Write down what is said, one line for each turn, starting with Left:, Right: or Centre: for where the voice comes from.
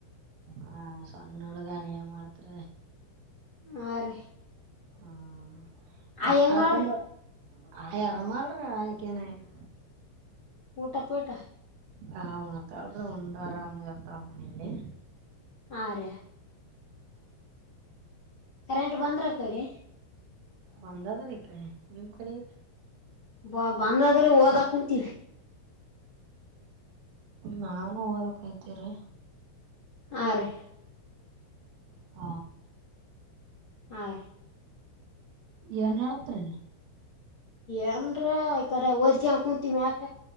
Right: ಹಾ ಸಣ್ಣ ಹುಡುಗಾನ ಮಾಡ್ತರ
Left: ಹಾ ರೀ
Right: ಹ್ಮ ಇವತ್ತುಕರ್ಕೊಂಡು
Left: ಆ ಹೆಂಗಾಳ್ರಿ
Right: ಆಯಿ ಆರಾಮರ ಆಯಿ ಗೆ ನಾಗೇದ
Left: ಊಟ ಪಟ
Right: ಹ ಅವನ ತಾಳ್ರ ಉಂಡರಾಮ ಇರ್ತಾ ಮನೆಯಲ್ಲಿ
Left: ಆರ್ರೀ ಕರೆಂಟ್ ಬಂದ್ರ ಕಡೆ
Right: ಬಂದಾದ ಈ ಕಡೆ ನಿಮ ಕಡೆ
Left: ಬಾ ಬಂದ್ರ ಅದ್ರ ಓದಾ ಕುಂತೀವಿ
Right: ನಾನು ಓದಕ ಕುಂತಿವ್ರಿ
Left: ಆರ್ರೀ
Right: ಹ
Left: ಅರಿ
Right: ಏನ್ ನಡೆದ್ರಿ
Left: ಏನ್ರ ಈ ಕಡೆ ಓದ್ಕ ಕುಂತೀಮಿ ಮ್ಯಾಕ